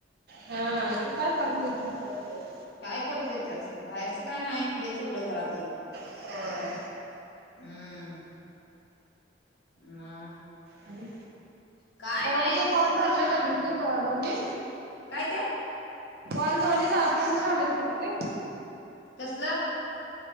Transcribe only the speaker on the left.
काय करू देत्यात बाहेरच काय नाही हेच एवढं घरातलं
हम्म म
काय
नाही
काय ते
कसलं